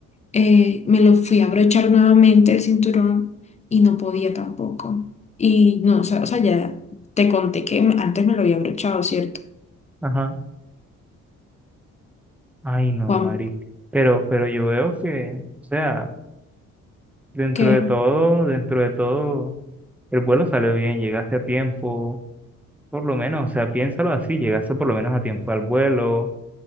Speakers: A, on the left; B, in the centre.
A: eh, me lo fui a abrochar nuevamente el cinturón y no podía tampoco. Y no, o sea, o sea, ya te conté que antes me lo había abrochado, ¿cierto?
B: Ajá. Ay, no,
A: Juan,
B: Mari. Pero, pero yo veo que, o sea, dentro
A: que
B: de todo, dentro de todo, el vuelo salió bien, llegaste a tiempo, por lo menos, o sea, piénsalo así, llegaste por lo menos a tiempo al vuelo,